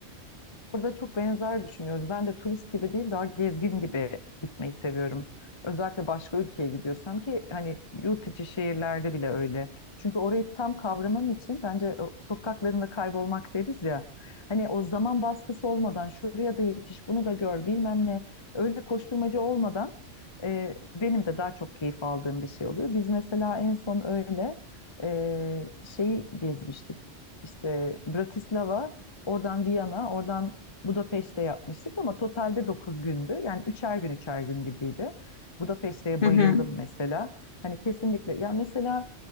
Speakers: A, on the left; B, on the left.
A: Burada çok benzer düşünüyoruz. Ben de turist gibi değil daha gezgin gibi gitmeyi seviyorum. Özellikle başka ülkeye gidiyorsam ki hani yurt içi şehirlerde bile öyle. Çünkü orayı tam kavramam için bence o sokaklarında kaybolmak deriz ya. Hani o zaman baskısı olmadan şuraya da yetiş bunu da gör bilmem ne öyle koşturmacı olmadan e, benim de daha çok keyif aldığım bir şey oluyor. Biz mesela en son öyle e, şeyi gezmiştik. İşte Bratislava Oradan Viyana, oradan Budapeşte yapmıştık ama totalde 9 gündü. Yani üçer gün üçer gün gibiydi. Budapeşte'ye
B: <laughs> Hı
A: bayıldım
B: hı.
A: mesela. Hani kesinlikle ya mesela